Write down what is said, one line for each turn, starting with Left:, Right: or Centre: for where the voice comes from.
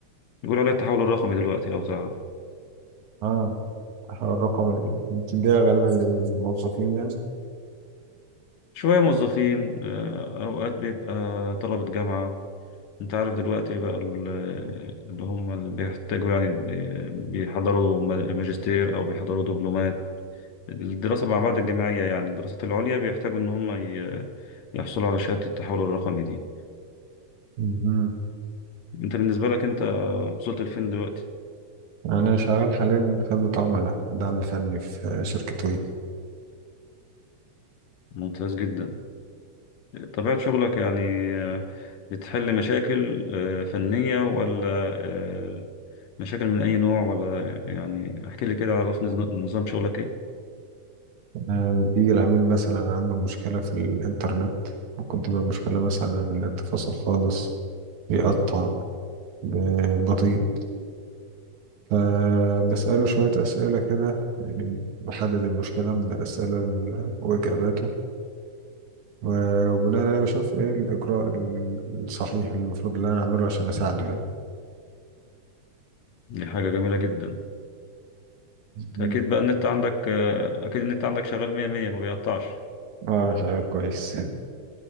Left: بيقولوا عليها التحول الرقمي دلوقتي لو تعرف
Right: اه هو الرقم اللي بتديها غالبا للموظفين يعني
Left: شوية موظفين آه، اوقات بيبقى طلبة جامعة انت عارف دلوقتي بقى ال- اللي هم اللي بيحتاجوا يعني آه، بيحضروا ماجستير او بيحضروا دبلومات الدراسة مع بعض الجامعية يعني الدراسات العليا بيحتاجوا إن هم ي- يحصلوا على شهادة التحول الرقمي دي
Right: مهم.
Left: أنت بالنسبة لك أنت وصلت لفين دلوقتي؟
Right: انا شغال حاليا خدمة عملاء دعم فني في شركة وي
Left: ممتاز جدا طبيعة شغلك يعني آه، بتحل مشاكل آه، فنية ولا آه، مشاكل من أي نوع ولا يعني احكي لي كده عرفني نظام نظام شغلك إيه؟
Right: آه بيجي العميل مثلا عنده مشكلة في الانترنت ممكن تبقى مشكلة مثلا إن النت فاصل خالص بيقطع ب- بطيء فبسأله شوية أسئلة كده يعني بحدد المشكلة من الأسئلة ال- وإجاباته و- وبناء عليه بشوف ايه الاجراء ال- الصحيح اللي المفروض اللي انا اعمله عشان اساعده يعني
Left: دي حاجة جميلة جدا
Right: مم.
Left: أكيد بقى النت عندك آه، أكيد النت عندك شغال مية مية ما بيقطعش
Right: اه شعور كويس